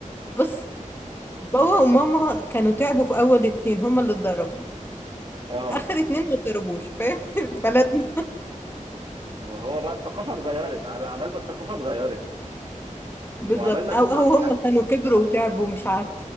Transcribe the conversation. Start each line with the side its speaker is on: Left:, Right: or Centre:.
Left: بص بابا وماما كانوا تعبوا في أول اتنين هما اللي اتضربوا
Right: اه
Left: آخر اتنين ما اتضربوش فاهم <laughs> فلتنا
Right: ما هو بقى الثقافه اتغيرت عب- عبال ما الثقافه اتغيرت
Left: بالظبط
Right: وعبال ما هم
Left: او او
Right: تع...
Left: هم كانوا كبروا وتعبوا مش عارفة